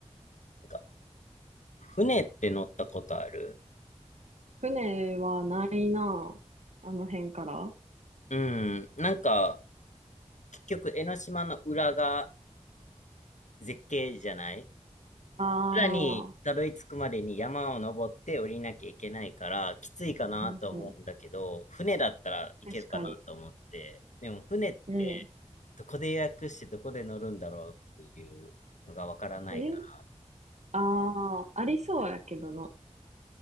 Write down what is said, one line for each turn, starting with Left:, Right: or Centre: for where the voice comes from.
Left: う。なんか、船って乗ったことある
Right: 船はないなあ。あの辺から。あ
Left: うん。なんか、結局、江ノ島の裏が絶景じゃない
Right: あ、
Left: 村にたどり着くまでに山を登って降りなきゃいけないから、きついかなと思うんだけど、
Right: うんうん。
Left: 船だったらいけるかなと思って、
Right: 確かに。
Left: でも船ってどこで予約してどこで乗るんだろうっていうのがわからないから、
Right: うん。えああー、ありそうやけどな。